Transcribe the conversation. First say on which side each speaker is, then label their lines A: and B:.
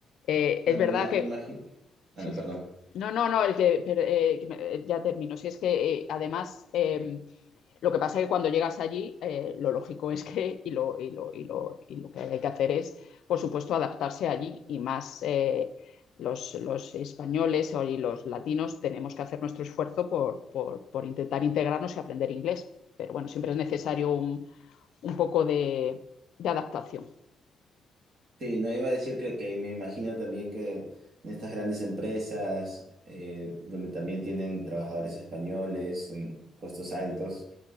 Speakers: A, on the left; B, on the right.
A: Eh,
B: Claro,
A: es verdad
B: me,
A: que...
B: imagino... Ah,
A: sí,
B: no,
A: sí.
B: perdón.
A: No, no, no, el que, pero, eh, que me- eh, ya termino. Si es que eh, además em, lo que pasa es que cuando llegas allí, eh, lo lógico es que, y lo, y lo- y lo- y lo que hay que hacer es, por supuesto, adaptarse allí y más eh, los, los españoles o y los latinos tenemos que hacer nuestro esfuerzo por, por- por intentar integrarnos y aprender inglés. Pero bueno, siempre es necesario un, un poco de, de adaptación.
B: Sí, no iba a decir que, que me imagino también que en estas grandes empresas, eh, donde también tienen trabajadores españoles en puestos altos,